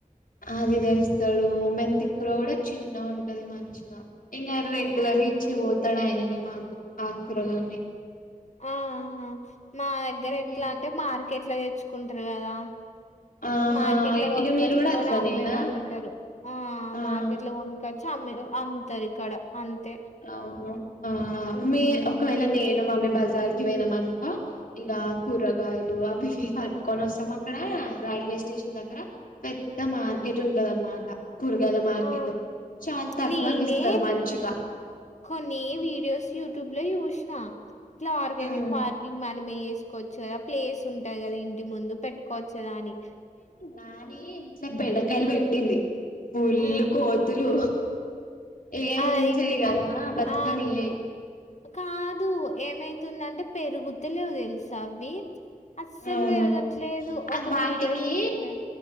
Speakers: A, on the left; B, on the left.
A: ఆది తెస్తాడు మెంతి కూర కూడా చిన్న గా ఉంటది మంచిగా ఇంగా రెగ్యులర్
B: ఆ!
A: గా ఇచ్చి పోతాడు ఆయననే మాకు ఆకురాలు అన్ని
B: ఆ ఆహా మ దగ్గర
A: ఇంకేం
B: ఎట్లా అంటే మార్కెట్లా తెచ్చుకుంటారు కదా
A: ఆహా
B: మార్కెట్ లో కొనుకోచుకొని
A: ఇక మీరు కూడా అట్లనేనా
B: అమ్మే వాళ్ళు ఉంటారు ఆ
A: ఆ
B: మార్కెట్ లో కోనుకొచ్చి అమే అమ్ముతారు ఇక్కడ అంతే
A: అవును ఆ
B: ఉమ్
A: మీ ఒకవేళ నేను మమ్మీ బజార్ కి పోయినాము అనుకో ఇగ కూరగాయలు అవి ఇవి పట్టుకొని వస్తాం అక్కడ రైల్వే స్టేషన్ దగ్గర పెద్దా మార్కెట్ ఉంటది అన్నమాట కూరగాయల మార్కెట్
B: ఆ
A: చాలా తక్కువకి
B: నేనే
A: ఇస్తారు మంచిగా
B: కొన్ని వీడియోస్ యూట్యూబ్ లో చూసిన ఇట్లా ఆర్గానిక్
A: హ్మ్.
B: ఫార్మింగ్ మ మనమె వేసుకోవచ్చు కదా ప్లేస్ ఉంటయి కదా ఇంటి ముందు పెట్టుకోవచ్చు కదా అని
A: కానీ ఇంట్లో బెండకాయలు పెట్టింది పుల్లు
B: ఆ
A: కోతులు ఏ
B: ఆ
A: ఉంచయి
B: అయితే
A: కదా బతుకని
B: ఆ
A: ఏ
B: కాదు ఏమైతుందంటే పెరుగుతలేవు తెలుసా అవి అస్సలు
A: అవును
B: పెరగట్లేదు
A: అది
B: ఒక
A: వాటికి
B: వీడియో చూసింది